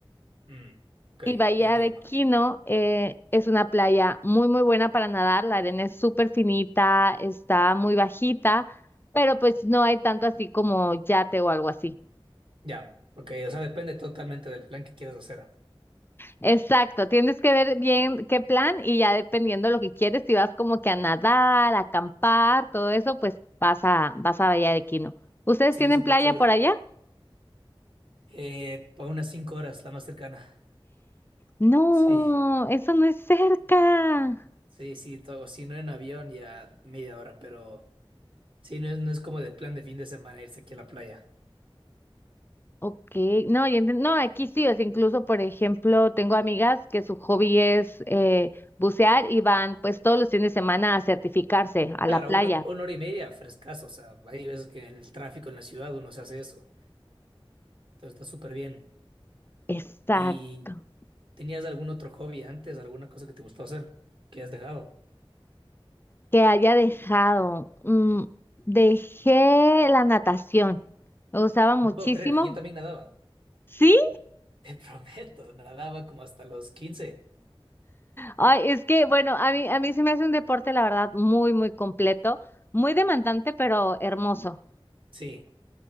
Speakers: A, on the right; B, on the left.
A: Mm, ok,
B: Y Bahía
A: ya entiendo.
B: de Quino eh, es una playa muy, muy buena para nadar, la arena es súper finita, está muy bajita, pero pues no hay tanto así como yate o algo así.
A: Ya. Ok, o sea, depende totalmente del plan que quieras hacer.
B: Exacto, tienes que ver bien qué plan y ya dependiendo lo que quieres, si vas como que a nadar, a acampar, todo eso, pues vas a, vas a Bahía de Quino. ¿Ustedes
A: Sí,
B: tienen
A: súper
B: playa
A: chévere.
B: por allá?
A: Eh, para unas cinco horas, la más cercana.
B: No,
A: Sí,
B: eso no es cerca.
A: sí, sí, todo. Si no en avión, ya media hora, pero sí, no es, no es como de plan de fin de semana irse aquí a la playa.
B: Ok, no, yo enten- no, aquí sí, o sea incluso, por ejemplo, tengo amigas que su hobby es eh, bucear y van pues todos los fines de semana a certificarse a
A: Claro,
B: la playa.
A: uno- una hora y media, frescazo. O sea, hay veces que en el tráfico en la ciudad uno se hace eso. Entonces está súper bien.
B: Exacto.
A: ¿Y tenías algún otro hobby antes, alguna cosa que te gustaba hacer que has dejado?
B: que haya dejado. mm, dejé la natación. Me gustaba muchísimo.
A: No puedo creer, ¿eh? yo también nadaba,
B: ¿Sí?
A: te <laughs> prometo, nadaba como hasta los quince
B: Ay, es que, bueno, a mí, a mí se me hace un deporte, la verdad, muy, muy completo, muy demandante, pero hermoso.
A: Sí,